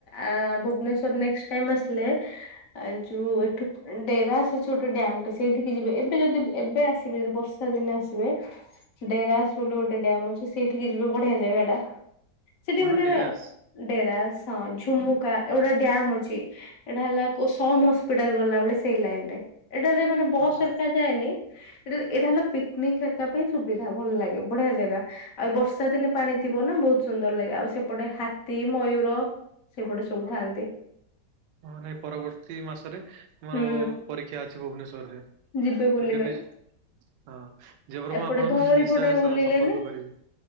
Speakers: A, on the left; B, on the right.
A: ଆଁ ଭୁବନେଶ୍ୱର ନେକ୍ସଟାଇମ ଆସିଲେ ଆ ଯୋଉ ଏଠୁ ଡେରାସ ଅଛି ଗୋଟେ ଡ୍ୟାମ ଟା ସେଇଠିକି ଯିବେ ଏବେ ଯଦି ଏବେ ଆସିବେ ଯଦି ବର୍ଷା ର୍ଷା ଦିନେ ଆସିବେ ଡେରାସ ବୋଲି ଗୋଟେ ଡ୍ୟାମ ଅଛି ସେଇଠିକି ଯିବେ ବଢିଆ ଜାଗା ଟା। ସେଠି
B: କଣ
A: ମାନେ
B: ଡେରାସ୍
A: ଡେରାସ୍ ହଁ ଝୁମୁକା ଏଗୁଡା ଡ୍ୟାମ ଅଛି। ଏଇଟା ହେଲା କଉ ସମ ହସ୍ପିଟାଲ ଗଲାବେଳେ ସେଇ ଲାଇନ ରେ ଏଇଟାରେ ମାନେ ବସ୍
B: ହଁ ହଁ
A: ସରକାରା ଯାଏନି। ଏଟା ଏଇଟା ହେଲା ପିକନିକ ହେରିକା ପାଇଁ ସୁବିଧା ଭଲ ଲାଗେ ବଢିଆ ଜାଗା। ଆଉ ବର୍ଷା ଦିନେ ପାଣି ଥିବ ନା ବହୁତ ସୁନ୍ଦର ଲାଗେ ଆଉ ସେପଟେ ହା ତି ମୟୂର ସେଗୁଡେ ସବୁ ଥାନ୍ତି।
B: ହଁ ନାଇଁ ପରବର୍ତ୍ତୀ ମାସରେ ମୋର
A: ହୁଁ
B: ପରୀକ୍ଷା ଅଛି ଭୁବନେଶ୍ଵର ରେ
A: ଯିବେ ବୁଲିବେ
B: ଏବେ ବି ହଁ ଯେପର <unintelligible>
A: ଏପଟେ
B: ମୁଁ ଆପଣଙ୍କୁ
A: ଧଉଳି
B: ନିଶ୍ଚୟ
A: ପଟେ ବୁଲିଲେନି
B: ସମ୍ପର୍କ କରିବି।